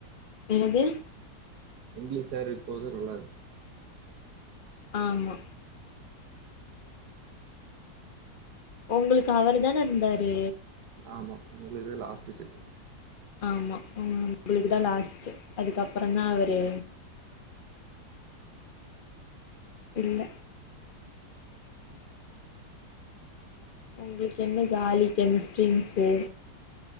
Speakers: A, on the left; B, on the right.
A: என்னது
B: இங்கிலீஷ் சார் இருக்போது நல்லா இருக்கு
A: ஆமா ஒங்களுக்கு அவருதான இருந்தாரு
B: ஆமா எங்ளுகுத லாஸ்ட்டு செட்டு
A: ஆமா ஒ உங்களுக்கு தா லாஸ்ட்டு அதுக்கப்பறொந்தா அவரு இல்ல உங்ளுக்கு என்ன ஜாலி கெமிஸ்ட்ரி மிஸ்ஸு